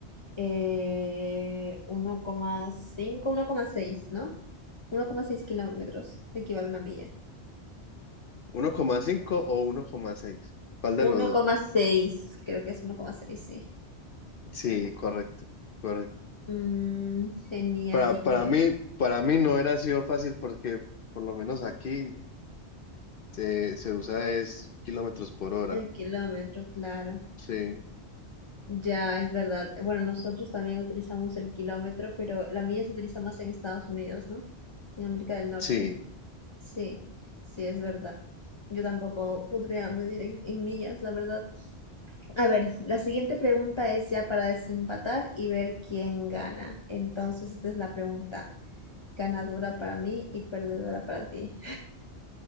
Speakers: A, on the left; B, on the left.
A: eh, uno coma cinco, uno coma seis ¿no? uno coma seis kilómetros equivale a una milla.
B: uno coma cinco o uno coma seis ¿Cuál de los
A: uno
B: dos?
A: coma seis creo que es uno coma seis sí.
B: Sí, correcto, correcto.
A: Mm, genial,
B: Para,
A: y
B: para
A: bueno,
B: mí, para mí no era sido fácil porque por lo menos aquí Se, se usa es kilómetros por hora.
A: el kilómetro, claro.
B: Sí,
A: Ya, es verdad. Bueno, nosotros también utilizamos el kilómetro, pero la milla se utiliza más en Estados Unidos, ¿no? En América del Norte.
B: sí.
A: Sí, sí, es verdad. Yo tampoco podría medir en, en millas, la verdad. A ver, la siguiente pregunta es ya para desempatar y ver quién gana. Entonces, esta es la pregunta. Ganadora para mí y perdedora para ti.